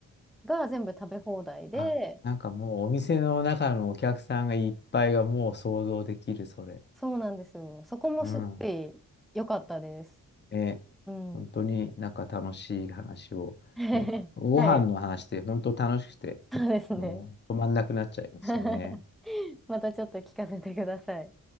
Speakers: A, in the centre; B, on the left (about 30°).
A: が全部食べ放題で、
B: あ、なんかもうお店の中のお客さんがいっぱいがもう想像できる、それ。
A: そうなんですよ。そこもすごい良かったです。
B: うん。ね、
A: うん。
B: 本当になんか楽しい話を、
A: <laughs>
B: ね、ご飯の話って本当楽しくて、
A: はい。そうですね。
B: もう止まんなくなっちゃいますよね。
A: <laughs> またちょっと聞かせてください。